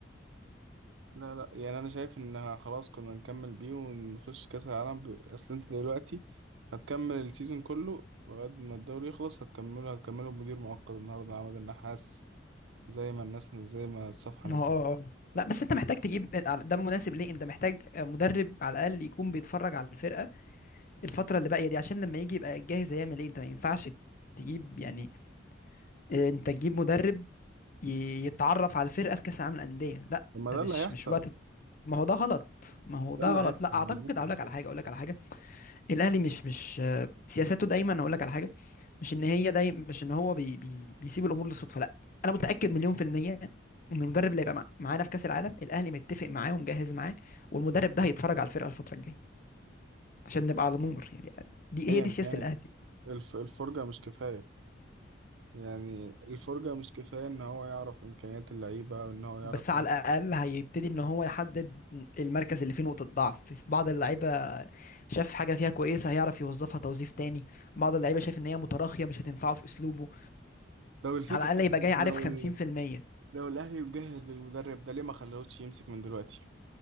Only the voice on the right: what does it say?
لا لا يعني انا شايف ان خلاص كنا نكمل بيه ونخش كاس العالم ب... اصل انت دلوقتي هتكمل السيزون كله لغاية ما الدوري يخلص هتكمله هتكمله بمدير مؤقت النهارده عماد النحاس زي ما الناس زي ما الصفحة
نزلت
طب ما
ده
اللي هيحصل
ده اللي
هيحصل
عامة
ايا
كانت
الف- الفرجة مش كفاية يعني الفرجة مش كفاية ان هو يعرف امكانيات اللعيبة وان هو يعرف
لو الفكرة
طب
لو
ال... لو الاهلي مجهز للمدرب ده ليه ما خلوش يمسك من دلوقتي